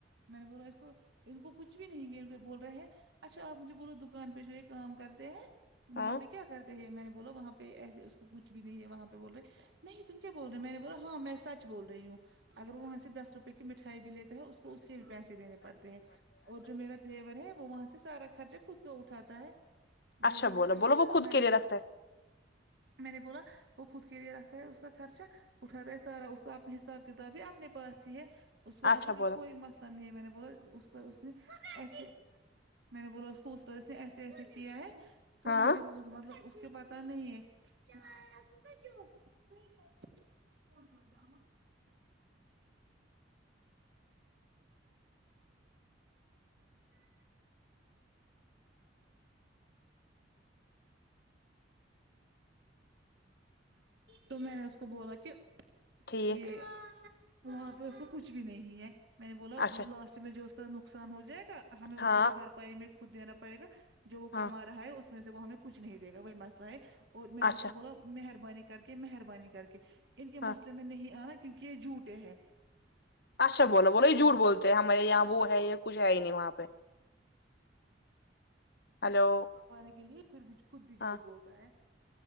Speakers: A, on the right (about 65°); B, on the left (about 55°).
A: میں نے بول رہا اس کو ان کو کچھ بھی نہیں یہ بول رہے ہیں اچھا آپ مجھے بولو دکان پہ جو یہ کام کرتے ہیں وہاں
B: ہاں
A: پہ کیا کرتے ہیں میں نے بولا وہاں پہ ایسے اس کو کچھ بھی نہیں ہے وہاں پہ بول رہے نہیں تم کیا بول رہے میں نے بولا ہاں میں سچ بول رہی ہوں اگر وہ وہاں سے دس روپئے کی مٹھائی بھی لیتے ہے اس کو تو اس کے بھی پیسے دینے پڑتے ہیں اور جو میرا دیور ہے وہ وہاں سے سارا خرچہ خود کو اٹھاتا ہے بول
B: اچھا
A: رہے
B: بولا
A: اچھا
B: بولو وہ خود
A: میں
B: کے
A: نے
B: لیے
A: بولا
B: رکھتا
A: میں نے بولا وہ خود کے لیے رکھتا ہے اس کا خرچہ اٹھاتا ہے سارا اس کا اپنے حساب کتاب ہی اپنے پاس ہی ہے اس
B: ہے
A: کو مطلب
B: اچھا بولا
A: کوئی مسئلہ نہیں ہے میں نے بولا اس پر اس نے ایسے میں نے بولا اس کو اس پرس نے ایسے ایسے کیا ہے تو
B: ہاں
A: مجھے وہ مطلب اس کے پتہ نہیں ہے کوئی ضرورت نہی <unintelligible> اچھا تو میں نے اس کو بولا کہ
B: ٹھیک
A: یہ وہاں پہ اس کو کچھ بھی نہیں ہے میں نے بولا
B: اچھا
A: لاسٹ میں جو اس کا نقصان ہو جائے گا ہمیں اسی
B: ہاں
A: کے بھرپائی میں خود دینا پڑے گا جو وہ
B: ہاں
A: کما رہا ہے اس وسے وہ ہمیں کچھ نہیں دےا وہی مسئلہ ہے اور میں نے
B: اچھا
A: اس کو بولا مہرب انی کر کے مہربانی کر کے ان کے
B: ہاں
A: مسئلے میں نہیں آنا کیونکہ یہ جھوٹے ہیں
B: اچھا بو بولا یہ جھوٹ بولتے ہیں ہمارے یہاں وہ ہے یہ کچھ ہے ہی نہیں وہاں پہ ہلو
A: پانے کے لیے پھر بھی خود بھی جھوٹ
B: ہاں
A: بولتا ہے